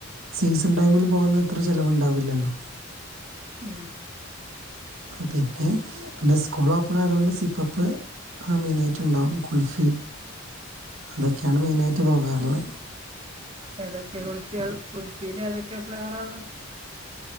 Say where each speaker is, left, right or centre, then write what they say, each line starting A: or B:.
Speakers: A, on the right; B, on the right.
A: സീസൺ ടൈമിൽ പോകുന്നത്ര ചെലവുണ്ടാവില്ലല്ലോ
B: ഉം
A: പിന്നെ പിന്നെ സ്കൂൾ ഓപ്പൺ ആയത് കൊണ്ട് സിപ്പപ്പ് മെയിനായിട്ട് റ്റ്ണ്ടാവും കുൽഫി അതൊക്കെയാണ് മെയിനായിട്ട് പോകാറുള്ളത്
B: ഏതൊക്കെ കുൽഫി കുൽഫിൽ ഏതൊക്കെ ഫ്ലേവറാള്ളത്